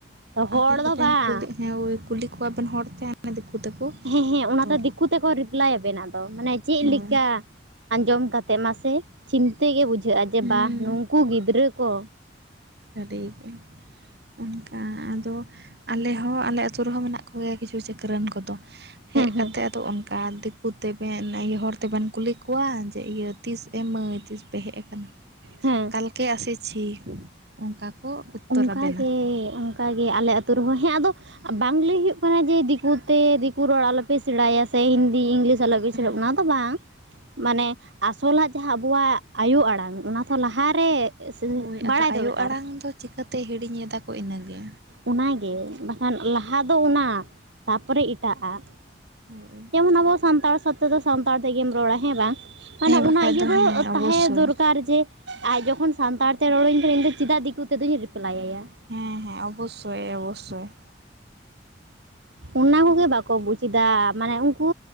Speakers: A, on the right; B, on the right.
A: ᱛᱚ ᱦᱚᱲ
B: ᱟᱵᱮᱱ ᱫᱚᱵᱮᱱ
A: ᱫᱚ ᱵᱟᱝ
B: ᱠᱩᱞᱤ ᱦᱮᱸ ᱠᱩᱞᱤ ᱠᱚᱣᱟᱵᱮᱱ ᱦᱚᱲᱛᱮ ᱦᱟᱱᱮ ᱫᱤᱠᱩ ᱛᱮᱠᱚ
A: ᱦᱮᱸ ᱦᱮᱸ ᱚᱱᱟᱛᱮ
B: ᱨᱚᱲᱟ
A: ᱫᱤᱠᱩ ᱛᱮᱠᱚ ᱨᱤᱯᱞᱟᱭ ᱟᱵᱮᱱᱟ ᱟᱫᱚ ᱢᱟᱱᱮ ᱪᱮᱫ
B: ᱦᱳᱭ
A: ᱞᱮᱠᱟ ᱟᱸᱡᱚᱢ ᱠᱟᱛᱮᱫ ᱢᱟᱥᱮ ᱪᱤᱱᱛᱟᱹ ᱜᱮ ᱵᱩᱡᱷᱟᱹᱜ-ᱟ ᱡᱮ
B: ᱦᱩᱸ
A: ᱵᱟᱦ ᱱᱩᱝᱠᱩ ᱜᱤᱫᱽᱨᱟᱹ ᱠᱚ
B: ᱥᱟᱹᱨᱤᱜᱮ ᱚᱱᱠᱟ ᱟᱫᱚ ᱟᱞᱮ ᱦᱚᱸ ᱟᱞᱮ ᱟᱹᱛᱩ ᱨᱮᱦᱚᱸ ᱢᱮᱱᱟᱜ ᱠᱚ ᱜᱮᱭᱟ ᱠᱤᱪᱷᱩ ᱪᱟᱹᱠᱨᱟᱹᱱ ᱠᱚᱫᱚ ᱦᱮᱡ
A: ᱦᱮᱸ
B: ᱠᱟᱛᱮᱫ
A: ᱦᱮᱸ
B: ᱟᱫᱚ ᱚᱱ ᱠᱟ ᱫᱤᱠᱩ ᱛᱮᱵᱮᱱ ᱤᱭᱟᱹ ᱦᱚᱲ ᱛᱮᱵᱮᱱ ᱠᱩᱞᱤ ᱠᱚᱣᱟ ᱡᱮ ᱤᱭᱟᱹ ᱛᱤᱥ ᱮᱢᱟᱹᱭ ᱛᱤᱥ ᱯᱮ ᱦᱮᱡ ᱟᱠᱟᱱᱟ?
A: ᱦᱮᱸ
B: ᱠᱟᱞᱠᱮ ᱟᱥᱮᱪᱷᱤ ᱚᱱᱠᱟ ᱠᱚ ᱩᱛᱛᱚᱨ
A: ᱚᱱᱠᱟᱜᱮ
B: ᱟᱵᱮᱱᱟ
A: ᱚᱱᱠᱟᱜᱮ ᱟᱞᱮ ᱟᱹᱛᱳ ᱨᱮᱦᱚᱸ, ᱦᱮᱸ ᱟᱫᱚ ᱵᱟᱝ ᱞᱟᱹᱭ ᱦᱩᱭᱩᱜ ᱠᱟᱱᱟ ᱡᱮ ᱫᱤᱠᱩᱛᱮ ᱫᱤᱠᱩ ᱨᱚᱲ ᱟᱞᱚᱯᱮ ᱥᱮᱬᱟᱭᱟ ᱥᱮ ᱦᱤᱱᱫᱤ ᱤᱝᱞᱤᱥ <unintelligible> ᱚᱱᱟ
B: ᱦᱮᱸ
A: ᱫᱚ ᱵᱟᱝ ᱢᱟᱱᱮ ᱟᱥᱚᱞᱟᱜ ᱡᱟᱦᱟᱸ ᱟᱵᱚᱣᱟᱜ ᱟᱭᱳ ᱟᱲᱟᱝ ᱚᱱᱟ ᱛᱚ ᱞᱟᱦᱟᱨᱮ
B: ᱦᱳᱭ ᱟᱫᱚ
A: ᱵᱟᱲᱟᱭ
B: ᱟᱭᱳ
A: ᱫᱟᱨᱠᱟᱨ
B: ᱟᱲᱟᱝ ᱫᱚ ᱪᱤᱠᱟᱹᱛᱮ ᱦᱤᱲᱤᱧ ᱮᱫᱟ ᱠᱚ ᱤᱱᱟᱹᱜᱮ,
A: ᱚᱱᱟᱜᱮ ᱵᱟᱠᱷᱟᱱ ᱞᱟᱦᱟ ᱫᱚ ᱚᱱᱟ ᱛᱟᱯᱚᱨᱮ ᱮᱴᱟᱜᱼᱟᱜ ᱾
B: ᱦᱳᱭ
A: ᱡᱮᱢᱚᱱ ᱟᱵᱚ ᱥᱟᱱᱛᱟᱲ ᱥᱟᱛᱮ ᱫᱚ ᱥᱟᱱᱛᱟᱲ ᱛᱮᱜᱮᱢ ᱨᱚᱲᱟ ᱦᱮᱸ ᱵᱟᱝ ᱢᱟᱱᱮ
B: ᱦᱮᱸ ᱵᱟᱠᱷᱟᱡ
A: ᱚᱱᱟ ᱤᱭᱟᱹ ᱫᱚ
B: ᱦᱮᱸ ᱚᱵᱚᱥᱥᱳᱭ
A: ᱛᱟᱦᱮᱸ ᱫᱚᱨᱠᱟᱨ ᱾ ᱠᱟᱨ ᱡᱮ ᱟᱡ ᱡᱚᱠᱷᱚᱱ ᱥᱟᱱᱛᱟᱲᱛᱮ ᱨᱚᱲᱟᱹᱧ ᱠᱟᱱᱟ ᱤᱧ ᱫᱚ ᱪᱮᱫᱟᱜ ᱫᱤᱠᱩ ᱛᱮᱫᱚᱧ ᱨᱤᱯᱞᱟᱭᱭᱟ ᱾
B: ᱦᱮᱸ ᱦᱮᱸ ᱚᱵᱚᱥᱥᱚᱭ ᱚᱵᱚᱥᱥᱚᱭ ᱾
A: ᱚᱱᱟ ᱠᱚᱜᱮ ᱵᱟᱠᱚ ᱵᱩᱡ ᱮᱫᱟ ᱢᱟᱱᱮ ᱩᱱᱠᱩ